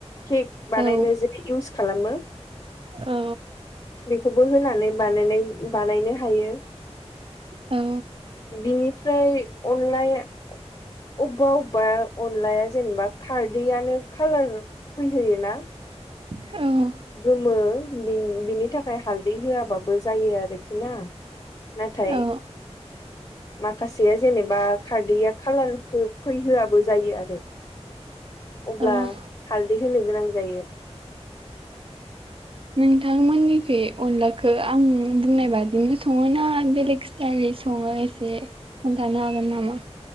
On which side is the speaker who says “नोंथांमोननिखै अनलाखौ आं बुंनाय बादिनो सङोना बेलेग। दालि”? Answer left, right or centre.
Right